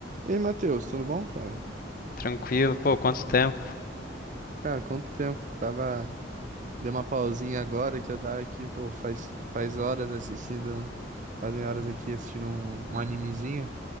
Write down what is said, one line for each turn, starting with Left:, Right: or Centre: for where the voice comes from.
Right: E aí, Matheus, tudo bom, cara?
Left: Tranquilo, pô, quanto tempo?
Right: Cara, quanto tempo? Tava. Dei uma pausinha agora que eu tava aqui, pô, faz, faz horas assistindo. Fazem horas aqui assistindo um, um animezinho.